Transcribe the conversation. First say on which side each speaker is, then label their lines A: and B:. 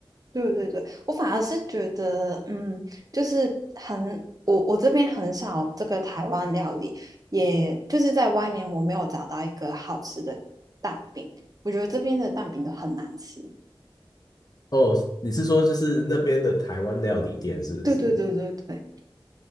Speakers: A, on the right (about 45°); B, on the left (about 45°).
A: 对对对，我反而是觉得，嗯，就是很，我我这边很少这个台湾料理，也就是在外面我没有找到一个好吃的蛋饼，我觉得这边的蛋饼都很难吃。
B: 哦，你是说就是那边的台湾料理店是不是？
A: 对对对对对，